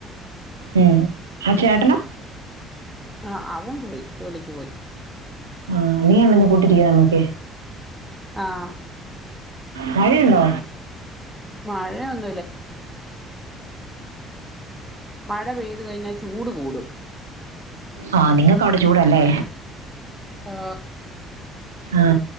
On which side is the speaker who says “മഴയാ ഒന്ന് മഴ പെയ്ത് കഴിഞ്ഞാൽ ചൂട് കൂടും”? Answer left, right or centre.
Centre